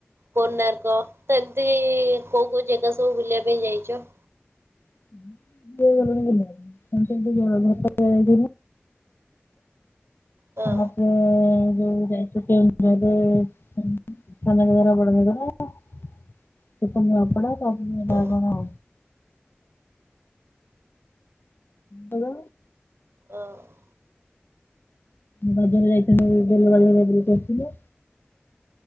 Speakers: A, on the right (about 80°); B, on the left (about 60°).
A: କୋଣାର୍କ ତ ଏମିତି କୋଉ କୋଉ ଜାଗା ସବୁ ବୁଲିବା ପାଇଁ ଯାଇଛ?
B: <unintelligible>
A: ହଁ
B: ଆପ ଯଉ ଯାଇୁ। <unintelligible> ସାନ ଘାଗରା, ବଡ ଘାଗରା, ସେଠୁ ନୂଆପଡ଼ା ତ
A: ହଁ
B: କଣ? କଣ?
A: ଓ ହୋ।
B: ବଜାର କୁ ଯାଇଥିଲୁ ବେଲ ବାଲରେ ତୁ କରିଥିଲୁ।